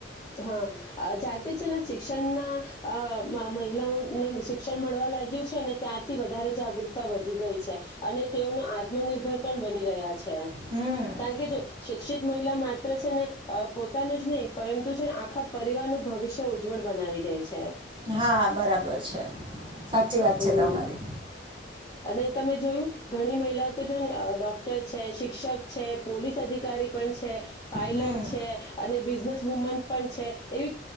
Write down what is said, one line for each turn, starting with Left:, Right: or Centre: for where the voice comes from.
Left: હા જાતે છે ને શિક્ષણના મહિલાઓને શિક્ષણ મળવા લાગ્યું છે ત્યાારથી વધારે જાગૃતતા વધી ગઈ છે અને તેઓનું આત્મનિર્ભર પણ બની રહ્યા છે ત
Right: હમ
Left: કે જો શિક્ષિત મહિલા માત્ર છે ને પોતાનું જ નહીં પરંતુ છે ને આખા પરિવારનું ભવિષ્ય ઉજ્જવળ બનાવી દે છે
Right: હા બરાબર છે સાચી વાત
Left: હમ
Right: છે તમારી
Left: અને તમે જોયું ઘણી મહિલાઓ તો જો ને ડોક્ટર છે શિક્ષક છે પોલીસ અધિકારી પણ છે પાયલટ
Right: હમ
Left: છે અને બિઝનેસ વુમન પણ છે એવી